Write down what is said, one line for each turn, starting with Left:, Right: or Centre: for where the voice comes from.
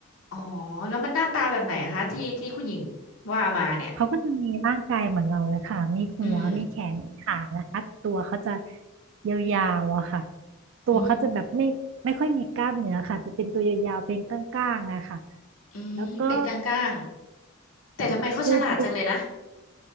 Left: อ๋อแล้วมันหน้าตาแบบไหนคะที่ที่คุณหญิงว่ามาเนี่ย
Right: เขาก็จะมีร่างกายเหมือนเราเลยค่ะมีหัวมีแขนมีขานะคะตัวเขาจะ
Left: อืม
Right: ยาวๆอะค่ะตัวเขาจะแบบไม่ไม่ค่อยมีกล้ามเนื้อค่ะจะเป็นตัวยาวๆเป็นก้างๆอะค่ะ
Left: อืมอืมเป็นกลาง
Right: แล้วก็
Left: ๆแต่ทำไมเขาฉลาดจังเลยนะ
Right: ดูดู